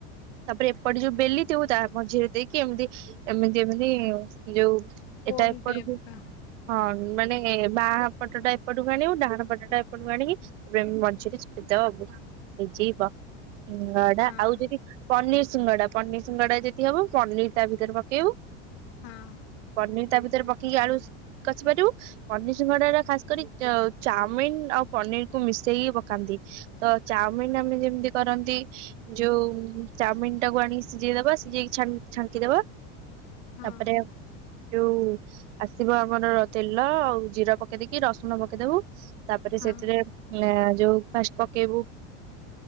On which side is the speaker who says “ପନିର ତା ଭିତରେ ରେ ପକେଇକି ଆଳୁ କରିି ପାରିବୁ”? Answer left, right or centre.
Right